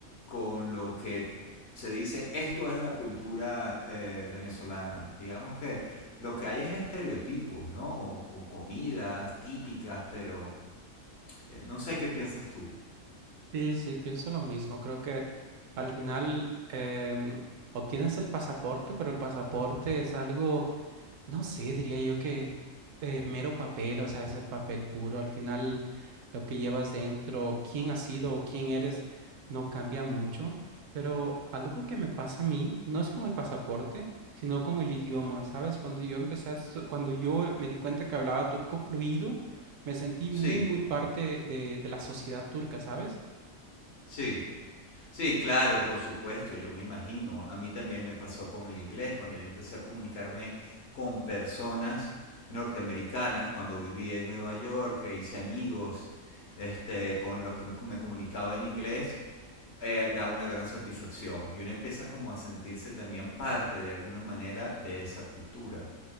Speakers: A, on the left (about 55°); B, on the right (about 70°).
A: con lo que se dice, esto es la cultura eh, venezolana. Digamos que lo que hay es estereotipos, ¿no? O, o comidas típicas, pero eh, no sé qué piensas tú.
B: Sí, sí, pienso lo mismo. Creo que al final em, obtienes el pasaporte, pero el pasaporte es algo, no sé, diría yo que eh, mero papel, o sea, es el papel puro. Al final lo que llevas dentro, quién has sido o quién eres, no cambia mucho. Pero algo que me pasa a mí no es con el pasaporte, sino con el idioma.
A: Ah.
B: ¿Sabes? Cuando yo empecé, a estu- cuando yo eh, me di cuenta que hablaba turco fluido, me sentí
A: Sí,
B: muy, muy parte de de la sociedad turca, ¿sabes?
A: sí, Sí, claro, por supuesto, yo me imagino. A mí también me pasó con el inglés, cuando yo empecé a comunicarme con personas norteamericanas, cuando vivía en Nueva York, e hice amigos este, con los que me, me comunicaba en inglés, eh, da una gran satisfacción y uno empieza como a sentirse también parte de alguna manera de esa cultura.